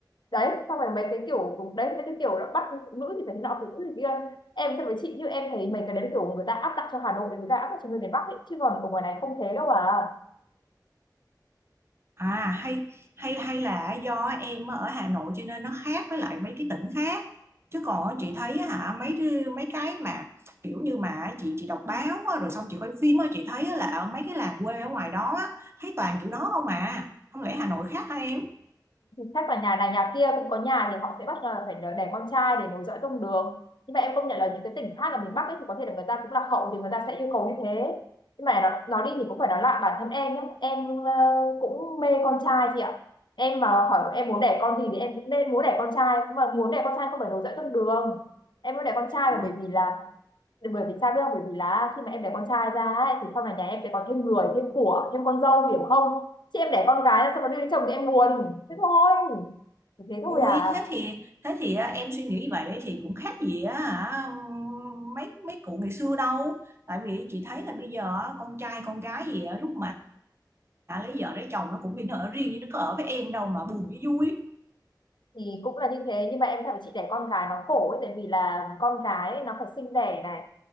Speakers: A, on the left; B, on the right.
A: đấy xong rồi mấy cái kiểu đấy mấy cái kiểu là bắt phụ nữ thì phải thế nọ phụ nữ thì kia em thật với chị như em thấy mấy cái đấy là kiểu người ta áp đặt cho Hà Nội thì người ta áp đặt cho người miền Bắc ấy chứ còn ở ngoài này không thế đâu à
B: À hay hay hay là do em ở Hà Nội cho nên nó khác với lại mấy cái tỉnh khác. Chứ còn á, chị thấy á hả mấy cái- mấy cái mà kiểu như mà chị chị đọc báo á, rồi xong chị coi phim á chị thấy á là ở mấy cái làng quê ở ngoài đó á, thấy toàn kiểu đó không à. Không lẽ Hà Nội khác hả em?
A: Chắc là nhà này nhà kia cũng có nhà thì họ sẽ bắt là phải đẻ con trai để nối dõi tông đường nhưng mà em công nhận là những cái tỉnh khác ở miền Bắc ấy thì có thể là người ta cũng lạc hậu thì người ta sẽ yêu cầu như thế nhưng mà nó, nó đi thì cũng phải nói lại bản thân em nhé em ờ, cũng mê con trai chị ạ em mà hỏi em muốn đẻ con gì thì em cũng nên muốn đẻ con trai mà muốn đẻ con trai không phải nối dõi tông đường em muốn đẻ con trai
B: Ủa?
A: là bởi vì là bởi vì sao biết không bởi vì là khi mà em đẻ con trai ra ấy, thì sau này nhà em sẽ có thêm người thêm của thêm con dâu hiểu không chị em đẻ con gái là sau đó đi lấy chồng thì em buồn thế thôi thế thôi
B: Ui
A: à
B: thế thì thế thì á, em suy nghĩ vậy thì cũng khác gì á hả mấy mấy cụ ngày xưa đâu. Tại vì chị thấy là bây giờ á, con trai con gái gì á, lúc mà đã lấy vợ lấy chồng nó cũng bị ở riêng nhưng nó có ở với em đâu mà buồn với vui
A: thì cũng là như thế nhưng mà em thấy chị đẻ con gái nó khổ ấy tại vì là con gái ấy, nó phải sinh đẻ này